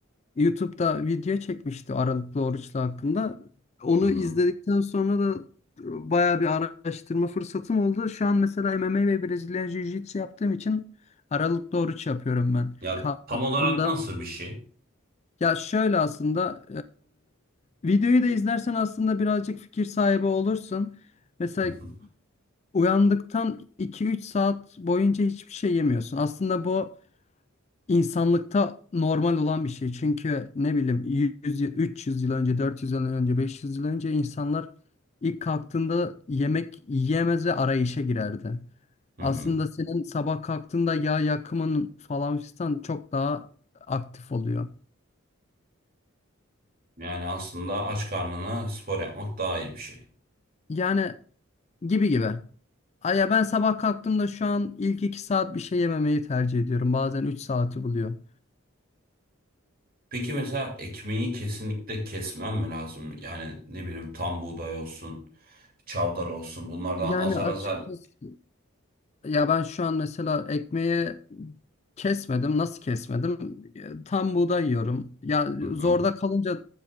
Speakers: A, on the left; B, on the right.
A: YouTube'da video çekmişti Aralıklı oruçla hakkında. Onu
B: Hı hı.
A: izledikten sonra da bayağı bir araştırma fırsatım oldu. Şu an mesela MMA ve Brezilya Jiu-Jitsu yaptığım için Aralıklı oruç yapıyorum ben.
B: Ya
A: Kalktığımda
B: tam olarak nasıl bir şey?
A: Ya şöyle aslında e, videoyu da izlersen aslında birazcık fikir sahibi olursun. Mesela
B: Hı hı.
A: uyandıktan iki üç saat boyunca hiçbir şey yemiyorsun. Aslında bu insanlıkta normal olan bir şey. Çünkü ne bileyim 100, yıl- 300 yıl önce, 400 yıl önce, 500 yıl önce insanlar ilk kalktığında yemek yiyemez ve arayışa girerdi.
B: Hı
A: Aslında
B: hı.
A: senin sabah kalktığında yağ yakımın falan fistan çok daha aktif oluyor.
B: Yani aslında aç karnına spor yapmak daha iyi bir şey.
A: Yani Gibi gibi. Ay ya ben sabah kalktığımda şu an ilk iki saat bir şey yememeyi tercih ediyorum. Bazen üç saati buluyor.
B: Peki mesela ekmeği kesinlikle kesmem mi lazım? Yani ne bileyim tam buğday olsun, çavdar olsun bunlardan
A: Yani
B: azar
A: açıkçası
B: azar.
A: ya ben şu an mesela ekmeği kesmedim. Nasıl kesmedim? E, Tam buğday yiyorum. Ya
B: Hı hı.
A: zorda kalınca